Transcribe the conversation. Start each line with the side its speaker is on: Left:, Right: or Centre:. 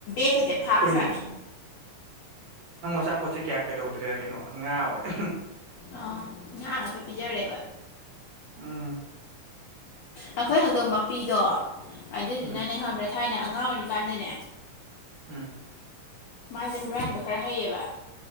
Left: ꯦꯈꯗꯤꯦ ꯐꯥꯁꯅꯦ
Right: ꯑꯩꯈꯣꯏꯁꯤ ꯑꯆꯥꯄꯣꯠꯁꯦ ꯀꯌꯥ ꯀꯩꯗꯧꯗ꯭ꯔꯦ ꯀꯩꯅꯣ ꯉꯥ ꯑꯣꯏꯅ
Left: ꯑ ꯉꯥꯏꯍꯥꯛ ꯉꯥꯛꯇ ꯄꯤꯖꯔꯦꯕ
Right: ꯎꯝ
Left: ꯑꯩꯈꯣꯏ ꯍꯧꯗꯣꯡ ꯃꯄꯤꯗꯣ ꯑꯗꯨꯗꯨꯅꯅꯦ
Right: ꯎꯝ
Left: ꯈꯕ꯭ꯔꯥ ꯊꯥꯏꯅ ꯑꯉꯥꯡ ꯑꯣꯏꯔꯤꯀꯥꯟꯗꯅꯦ
Right: ꯎꯝ
Left: ꯃꯥꯁꯦ ꯍꯨꯔꯥꯟꯕ ꯈꯔ ꯍꯩꯌꯦꯕ